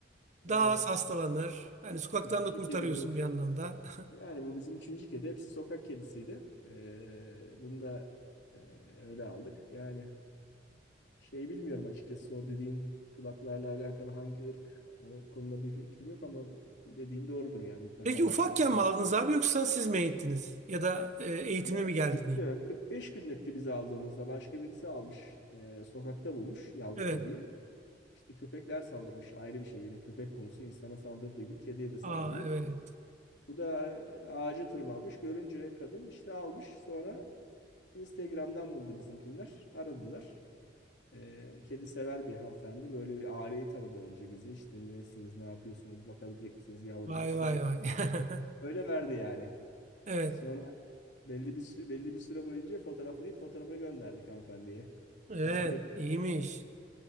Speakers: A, on the left (about 80°); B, on the right (about 40°).
A: evet.
B: Daha az hastalanır. Yani sokaktan
A: Üçüncü
B: da kurtarıyorsun
A: kedi bu.
B: bir anlamda. <laughs>
A: Yani bu bizim üçüncü kedi. Hepsi sokak kedisiydi. Ee, bunu da e, öyle aldık. Yani şey bilmiyorum açıkçası o dediğin kulaklarla alakalı hangi ırk o konuda bir fikrim yok ama dediğin doğrudur yani mutlaka
B: Peki ufakken
A: bir şeyler. var.
B: mi aldınız abi yoksa siz mi eğittiniz? Ya da e, eğitimli
A: Yok
B: mi
A: küçüktü.
B: geldi diyeyim?
A: 45 günlüktü biz aldığımızda. Başka birisi almış. e, sokakta bulmuş yavru
B: Evet.
A: kediyi. İşte köpekler saldırmış ayrı bir şey. Yine köpek konusu insana saldırdığı gibi kediye de saldırıyor.
B: Aa evet.
A: Bu da e, ağaca tırmanmış. Görünce kadın işte almış. Sonra Instagram'dan buldu bizimkinler. Aradılar. E, kedi sever bir hanımefendi. Böyle bir aileyi tanıdı önce bizi. İşte nesiniz, ne yapıyorsunuz, bakabilecek misiniz yavruma
B: Vay
A: şu
B: vay
A: bu.
B: vay. <laughs>
A: Öyle verdi yani.
B: Evet.
A: Sonra belli bir sü- belli bir süre boyunca fotoğraflayıp fotoğrafı gönderdik hanımefendiye.
B: Evet.
A: Takip et.
B: iyiymiş.